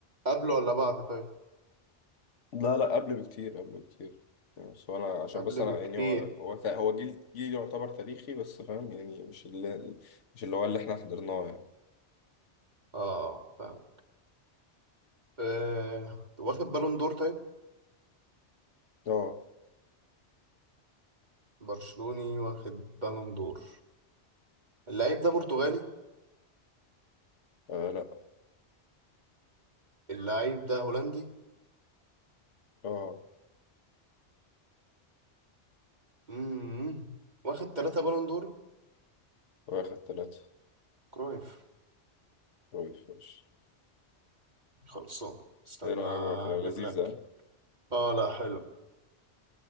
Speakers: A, on the right (about 40°); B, on the left (about 90°).
A: قبل ولا بعد طيب
B: لا لا قبل بكتير قبل بكتير يعني بس انا عشان
A: قبل
B: بس انا
A: بكتير
B: يعني هو هو فا- هو جيل جيل يعتبر تاريخي بس فاهم يعني مش اللي مش اللي هو اللي احنا حضرناه يعني
A: اه فاهم آه واخد بالون دور طيب
B: اه
A: برشلوني واخد بالون دور اللعيب ده برتغالي
B: آه، لا
A: اللعيب ده هولندي
B: اه
A: امم واخد ثلاثة بالون دور
B: واخد ثلاثة
A: كرويف
B: كويس ماشي
A: خلصان استنى
B: ايه رأيك بقى في لذيذة
A: اجيب لك اه لا حلو